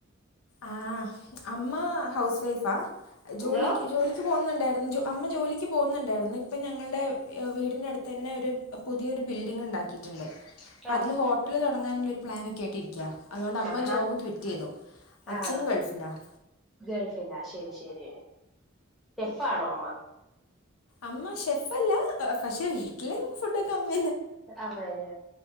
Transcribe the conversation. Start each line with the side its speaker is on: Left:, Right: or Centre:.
Left: ആ അമ്മ ഹൗസ് വൈഫാ ജോലിക്ക്
Centre: എന്തോ
Left: ജോലിക്ക് പോകുന്നുണ്ടേ അമ്മ ജോലിക്ക് പോകുന്നുണ്ടായിരുന്നു ഇപ്പം ഞങ്ങളുടെ വീടിൻ് അടുത്ത് തന്നെ ഒരു പുതിയൊരു ബിൽഡിംഗ് ഉണ്ടാക്കിയിട്ടുണ്ട് അപ്പൊ
Centre: ആഹ്
Left: അതില് ഹോട്ടല് തുടങ്ങാനുള്ളരു പ്ലൻൊക്കെ ആയിട്ടി ഇരിക്ക അതുകൊണ്ട് അമ്മ
Centre: ആഹാ
Left: ജോബ് ട്വിറ്റ് ചെയ്തു അച്ഛൻ
Centre: ആണോ
Left: ഗൾഫിലാണ്
Centre: ഗൾഫില്ലാ ശരി ശരിെ ഫാണോ അമ്മ
Left: അമ്മ ഷെഫ്ല്ല പക്ഷെ വീട്ടിലെ ഫുഡൊക്കെ അമ്മ
Centre: ആ അത